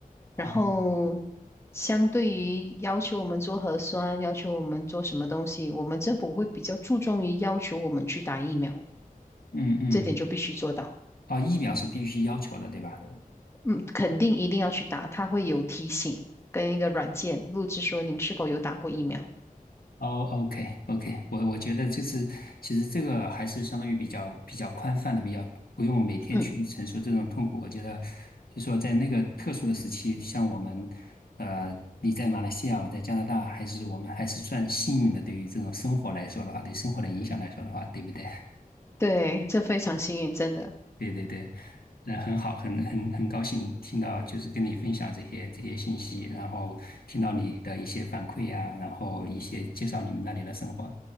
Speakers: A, on the left (about 80°); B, on the left (about 15°).
A: 哦，
B: 然后相对于要求我们做核酸，要求我们做什么东西，我们政府会比较注重于要求我们去打疫苗，
A: 嗯嗯，
B: 这点就必须做到。
A: 啊，疫苗是必须要求的，对吧？
B: 嗯，肯定一定要去打，它会有提醒跟一个软件录制说您是否有打过疫苗。
A: 哦，OK，OK，我我觉得就是其实这个还是相当于比较比较宽泛的，比较不用每天去承受这种痛苦。
B: 嗯，
A: 我觉得就说在那个特殊的时期，像我们，呃，你在马来西亚，我在加拿大，还是我们还是算幸运的。对于这种生活来说的话，对生活的影响来说的话，对不对？
B: 对，这非常幸运，真的。
A: 对对对，那很好，很很很高兴听到，就是跟你分享这些这些信息，然后听到你的一些反馈呀、
B: 嗯哼，
A: 然后一些介绍你们那里的生活，